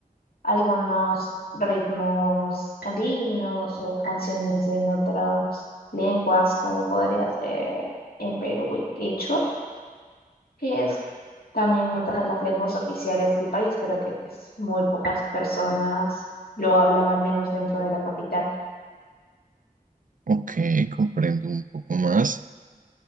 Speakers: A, on the left; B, on the right.
A: algunos ritmos andinos o canciones en otras lenguas, como podría ser en Perú el quechua, que es también otra de las lenguas oficiales del país, pero que pues muy pocas personas lo hablan, al menos dentro de la capital.
B: Ok, comprendo un poco más.